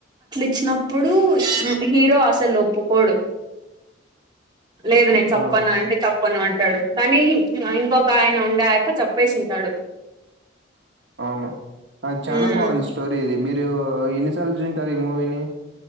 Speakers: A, on the right; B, on the right.
A: వచ్చినప్పుడు హీరో అసలు ఒప్పుకోడు లేదు నేను చెప్పను
B: ఆ
A: అంటే చెప్పను అంట స్తాడు కానీ ఇంకొక ఆయన ఉండే అయ్యప్ప చెప్పేసింటాడు
B: అవును చాల
A: మ్మ్
B: బాగుంది స్టోరీ ఇది మీరు మీరు ఎన్నిసార్లు చూసిటారు ఈ మూవీని